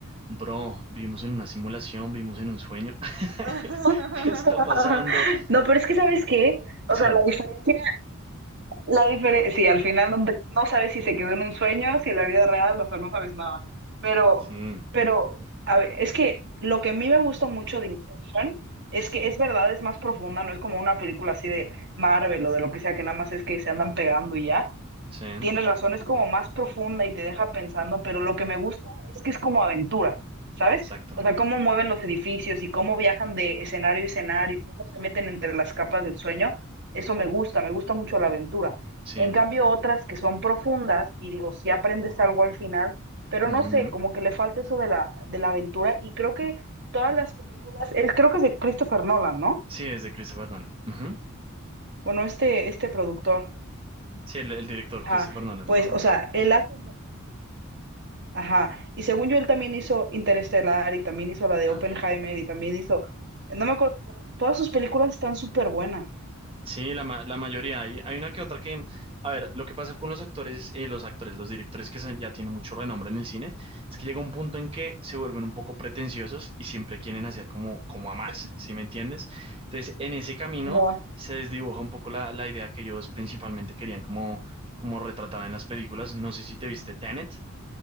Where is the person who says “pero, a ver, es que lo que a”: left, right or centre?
Right